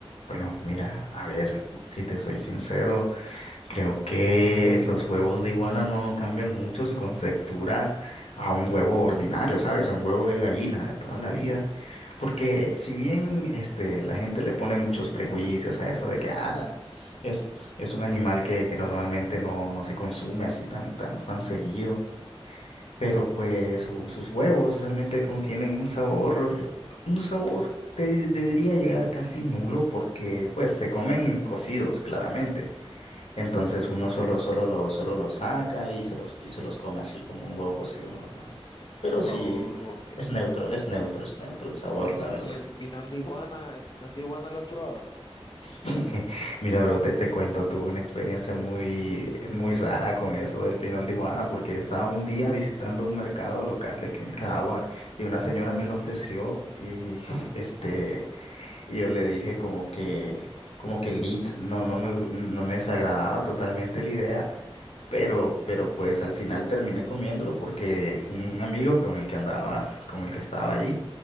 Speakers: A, on the left; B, on the left.
A: Bueno, mira, a ver, si te soy sincero. Creo que los huevos de iguana no, no cambian mucho su conceptura a un huevo ordinario, ¿sabes? A un huevo de gallina de toda la vida. Porque si bien este, la gente le pone muchos prejuicios a eso de que ala, es, es un animal que, que normalmente no, no se consume así tan, tan, tan seguido, pero pues su- sus huevos realmente contienen un sabor, un sabor, te, te diría llegar casi nulo porque pues se comen cocidos, claramente entonces
B: Sí,
A: uno
B: claro,
A: solo,
B: claro.
A: solo lo, solo lo saca y se los, y se los come así como un huevo cocido normal. Pero sí,
B: Oh, ok,
A: es neutro,
B: ok.
A: es neutro, es neutro el sabor, la
B: ¿Y
A: verdad.
B: el pinal de iguana? ¿El pinal de iguana lo has probado?
A: <laughs> Mira, bro, te, te cuento, tuve una experiencia muy, muy rara con eso del pinol de iguana, porque estaba un día visitando un mercado local de aquí en Nicaragua y una señora me lo ofreció y <laughs> este, y yo le dije como que, como que el lead no, no me, no me desagradaba totalmente la idea pero, pero pues al final terminé comiéndolo porque un amigo con el que andaba, con el que estaba allí,